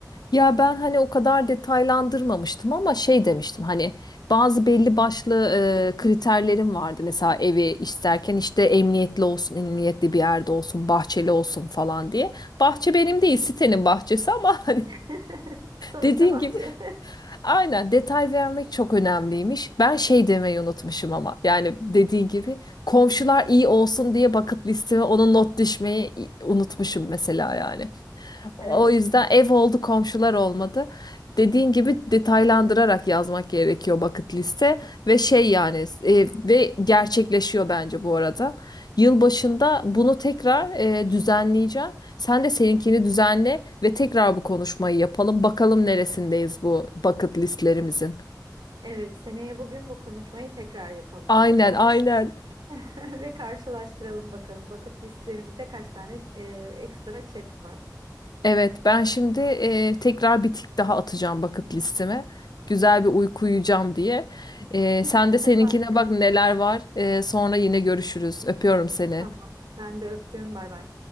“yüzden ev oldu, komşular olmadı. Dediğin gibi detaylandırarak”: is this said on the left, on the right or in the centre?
Left